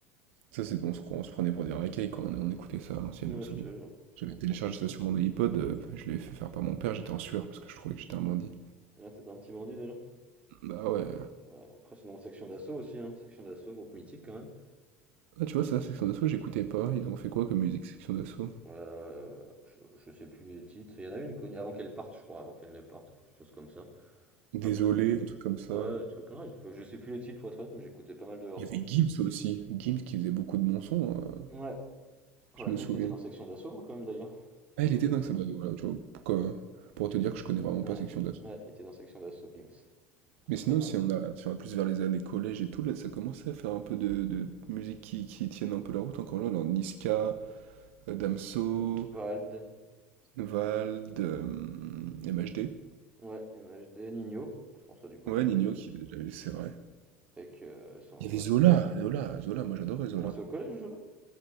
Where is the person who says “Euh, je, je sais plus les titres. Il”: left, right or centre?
Right